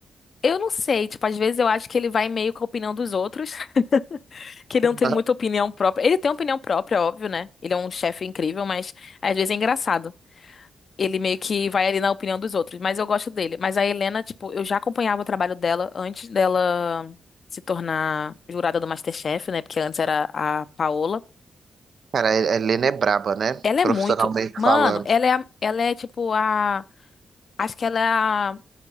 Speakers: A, on the left (about 60°); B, on the right (about 65°).
A: Eu não sei, tipo, às vezes eu acho que ele vai meio com a opinião dos outros, <laughs> que ele
B: <laughs>
A: não tem
B: Aham.
A: muita opinião própria. Ele tem opinião própria, óbvio, né? Ele é um chefe incrível, mas às vezes é engraçado. Ele meio que vai ali na opinião dos outros, mas eu gosto dele. Mas a Helena, tipo, eu já acompanhava o trabalho dela antes dela se tornar jurada do MasterChef, né? Porque antes era a Paola.
B: Cara, a Helena é braba, né?
A: Ela é
B: Profissionalmente
A: muito. Mano,
B: falando.
A: ela é, a- ela é tipo a. Acho que ela é a